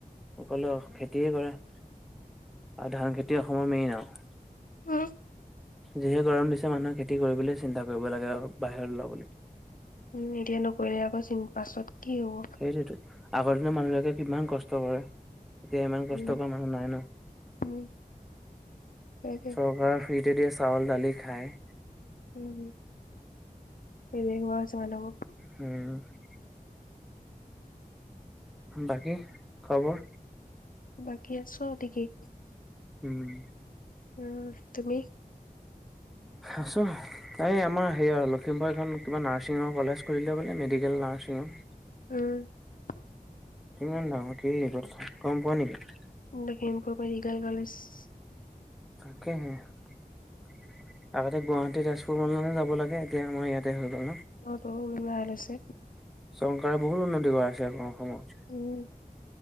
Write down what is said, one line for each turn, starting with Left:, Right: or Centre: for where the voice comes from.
Centre: সকলো খেতিয়ে কৰে <inaudible> আৰু ধান খেতি অসমৰ মেইন আৰু।
Left: উম,
Centre: যিহে গৰম দিছে মানুহে খেতি কৰিবলৈ চিন্তা কৰিব লাগে আৰু বাহিৰত ওলাবলৈ। <unintelligible>
Left: উম! এতিয়া নকৰিলে আকৌ চিন পাছত কি হ'ব? <unintelligible>
Centre: সেইটোৱেইতো, আগৰ দিনৰ মানুহবিলাকে কিমান কষ্ট কৰে। <unintelligible> এতিয়া ইমান কষ্টকৰ
Left: উম,
Centre: মানুহ নাই ন।
Left: উম। সেইটোৱে
Centre: চৰকাৰৰ ফ্ৰি <unintelligible> <unintelligible> দিয়ে চাউল, দালি খায়।
Left: উম-উম! এলেহুৱা হৈছে মানুহবোৰ। <unintelligible>
Centre: উম। <unintelligible> বাকী, খবৰ? <unintelligible>
Left: বাকী আছো আৰু টিকি। <unintelligible>
Centre: উম। <inaudible>
Left: আহ <inaudible> তুমি?
Centre: <unintelligible> আছোঁ। এই আমাৰ সেয়া আৰু লখিমপুৰ এখন কিবা নাৰ্ছিঙৰ কলেজ খুলিলে বোলে মেডিকেল নাৰ্ছিঙৰ? <unintelligible>
Left: উম। <unintelligible>
Centre: কিমান ডাঙৰ কি <unintelligible> গম পোৱা নেকি?
Left: এতিয়া কেনেকুৱা বা মেডিকেল কলেজ <unintelligible>
Centre: তাকেহে <inaudible> আগতে গুৱাহাটী, তেজপুৰখনলেহে যাব লাগে। এতিয়া আমাৰ ইয়াতে হৈ গ'ল ন? <unintelligible>
Left: অঁ ত <unintelligible> হৈছে।
Centre: চৰকাৰে বহুত উন্নতি কৰিছে। আকৌ অসমত
Left: উম,